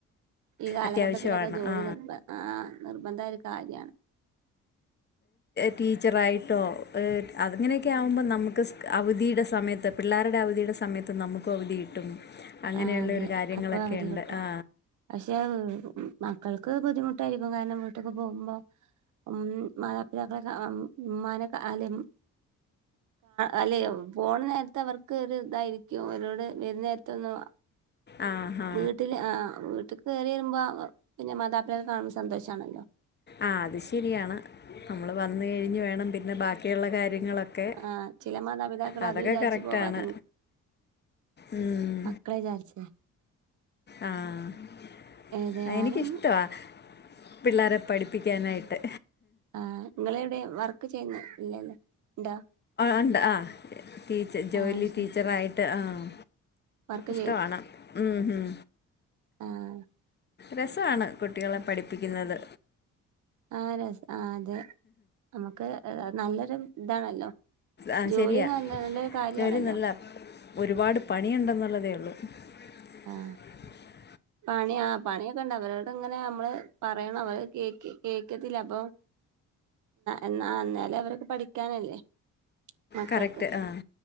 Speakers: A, on the right; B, on the left.
A: ഈ കാലഘട്ടത്തിലൊക്കെ
B: അത്യാവശ്യമാണ്
A: ജോലി
B: ആ
A: നിർബ ആഹ് നിർബന്ധായൊരു കാര്യാണ്
B: ടീച്ചറായിട്ടോ അങ്ങനെയൊക്കെ ആകുമ്പോൾ നമുക്ക് അവധിയുടെ സമയത്ത് പിള്ളേരുടെ അവധിയുടെ സമയത്ത് നമുക്കും അവധി കിട്ടും അങ്ങനെയുള്ള
A: ആഹ് അതെ
B: ഒരു കാര്യങ്ങളൊക്കെ
A: അപ്പൊ അവധി
B: ഉണ്ട്
A: കിട്ടും
B: ആ
A: പക്ഷെ മക്കൾക്ക് ബുദ്ധിമുട്ടായിരിക്കും കാരണം വീട്ടൊക്ക് പോകുമ്പോൾ ഉം മാതാപിതാക്കളെ ഉമാനെ അല്ല അല്ലെ പോണ നേരത്തെ അവർക്ക് ഒരു ഇതായിരിക്കും അവരോട് വരുന്ന നേരത്ത ഒന്ന
B: ആ ഹാ
A: വീട്ടില് ആ വീട്ടിൽ കയറി വരുമ്പോ പിന്നെ മാതാപിതാക്കൾ കാണുമ്പോൾ സന്തോഷമാണല്ലോ
B: ആഹ് അത് ശരിയാണ് നമ്മൾ വന്ന് കഴിഞ്ഞ് വേണം പിന്നെ ബാക്കിയുള്ള കാര്യങ്ങ ങ്ങളൊക്കെ
A: ആ ചില മാതാപിതാക്കൾ
B: അതൊക്കെ
A: അത് വിചാരിച്ചു
B: കറക്റ്റാണ്
A: പോവാതെ
B: ഉം
A: മക്കളേ ചാരിച്ച
B: ആഹ്
A: ഏതായാലും
B: എനിക്കിഷ്ടവാ പിള്ളേരെ പഠി പഠപ്പിക്കാനായിട്ട്
A: ആഹ് നിങ്ങളവിടെ വർക്ക് ചെയ്യുന്നത് ഇല്ലല്ലേ ഉണ്ടോ
B: ഉണ്ട് ആഹ് ടീച്ചർ ജോലി
A: ആ ശരി
B: ടീച്ചറായിട്ട് ആഹ്
A: വർക്ക്
B: ഇഷ്ടവാണ് ഉം ഉം
A: ആഹ്
B: രസമാണ് കുട്ടികളെ പഠിപ്പിക്കുന്നത്
A: ആഹ് രസ ആഹ് അതെ നമുക്ക് നല്ലൊരു ഇതാണല്ലോ
B: ആ
A: ജോലി
B: ശരിയാ
A: നല്ല നല്ലൊരു കാര്യമാണല്ലോ
B: ജോലി നല്ല ഒരുപാട് പണിയുണ്ടെന്നുള്ളതേ ഉള്ളൂ <inaudible>
A: ആഹ് പണി ആഹ് പണിയൊക്കെ ഉണ്ട് അവരോട് ഇങ്ങനെ നമ്മള് പറയണം അവർ കേക്ക കേക്കത്തില്ല അപ്പൊ എന്നന്നാലേ അവർക്ക് പഠിക്കാനല്ലേ മക്കൾക്ക്
B: കറക്റ്റ് ആ